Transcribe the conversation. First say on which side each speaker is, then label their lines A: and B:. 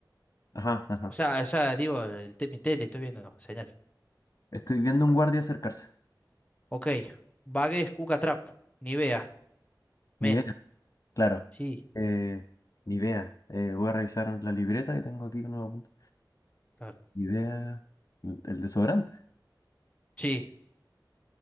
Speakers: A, on the left; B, on the left.
A: Ajá, ajá.
B: O sea, o sea, digo, el, te- mi tele estoy viendo señal.
A: Estoy viendo un guardia acercarse.
B: Ok. Vague es Cuca Trap. Nivea. Men.
A: Ni vea, claro.
B: Sí,
A: Eh, ni vea. Eh, voy a revisar la libreta que tengo aquí que no me apunta.
B: claro.
A: Ni vea. El el desodorante.
B: Sí,